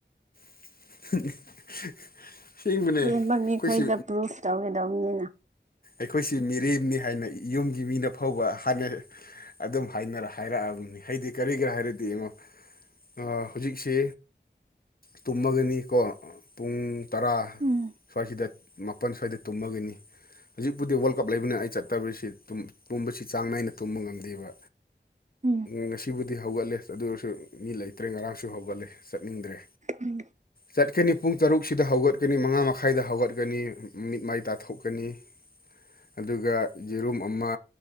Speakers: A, on the left (about 55°); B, on the right (about 40°).
A: <unintelligible>
B: ꯑꯗꯨꯒꯨꯝꯕ
A: ꯑꯩꯈꯣꯏꯁꯤ
B: ꯃꯤꯈꯣꯏꯗ ꯄ꯭ꯔꯨꯐ ꯇꯧꯒꯗꯕꯅꯤꯅ
A: ꯑꯈꯣꯏꯁꯤ ꯃꯤꯔꯦꯝꯅꯤ ꯍꯥꯏꯅ ꯌꯨꯝꯒꯤ ꯃꯤꯅ ꯐꯥꯎꯕ ꯍꯥꯏꯅꯩ ꯑꯗꯨꯝ ꯍꯥꯏꯅ ꯍꯥꯏꯔꯛꯑꯕꯅꯤ ꯍꯥꯏꯗꯤ ꯀꯔꯤꯒꯤꯔꯥ ꯍꯥꯏꯔꯗꯤ ꯌꯦꯡꯉꯣ ꯑꯥ ꯍꯧꯖꯤꯛꯁꯤ ꯇꯨꯝꯃꯒꯅꯤꯀꯣ ꯄꯨꯡ ꯇꯔꯥ
B: ꯎꯝ
A: ꯁ꯭ꯋꯥꯏꯁꯤꯗ ꯃꯥꯄꯟ ꯁ꯭ꯋꯥꯏꯗ ꯇꯨꯝꯃꯒꯅꯤ ꯍꯨꯖꯤꯛꯄꯨꯗꯤ ꯋꯥꯔꯜ ꯀꯞ ꯂꯩꯕꯅꯦ ꯑꯩ ꯆꯠꯇꯕꯔꯁꯤ ꯇꯨꯝ ꯄꯨꯝꯕꯁꯤ ꯆꯥꯡ ꯅꯥꯏꯅ ꯇꯨꯝꯕ ꯉꯝꯗꯦꯕ
B: ꯎꯝ
A: ꯉꯁꯤꯕꯨꯗꯤ ꯍꯧꯒꯠꯂꯦ ꯑꯗꯨ ꯑꯣꯏꯔꯁꯨ ꯃꯤ ꯂꯩꯇ꯭ꯔꯦ ꯉꯔꯥꯡꯁꯨ ꯍꯧꯒꯠꯂꯦ ꯆꯠꯅꯤꯡꯗ꯭ꯔꯦ
B: ꯎꯝ
A: ꯆꯠꯀꯅꯤ ꯄꯨꯡ ꯇꯔꯨꯛꯁꯤꯗ ꯍꯧꯒꯠꯀꯅꯤ ꯃꯉꯥ ꯃꯈꯥꯏꯗ ꯍꯧꯒꯠꯀꯅꯤ ꯃꯤꯠ ꯃꯥꯏ ꯇꯥꯊꯣꯛꯀꯅꯤ ꯑꯗꯨꯒ ꯌꯦꯔꯨꯝ ꯑꯃ